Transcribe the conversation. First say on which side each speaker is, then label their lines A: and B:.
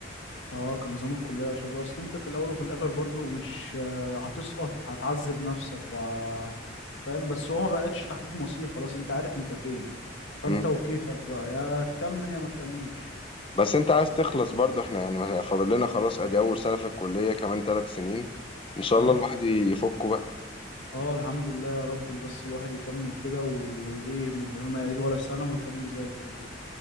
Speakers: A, on the left; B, on the left.
A: اه كان نظام الكلية أشد أصل أنت في الأول وفي الآخر برضو مش آه، هتسقط هتعذب نفسك و... فاهم بس هو ما بقتش تحديد مصير خلاص أنت عارف أنت فين فأنت
B: مم.
A: وكيفك بقى يا تكمل يا ما تكملش
B: بس أنت عايز تخلص برضو إحنا يعني فاضل لنا خلاص أدي أول سنة في الكلية كمان ثلاث سنين إن شاء
A: اه
B: الله الواحد يفكه بقى
A: اه الحمد لله يا رب بس الواحد يكمل كده وإيه من غير ما يعيد ولا سنة ويكمل زي الفل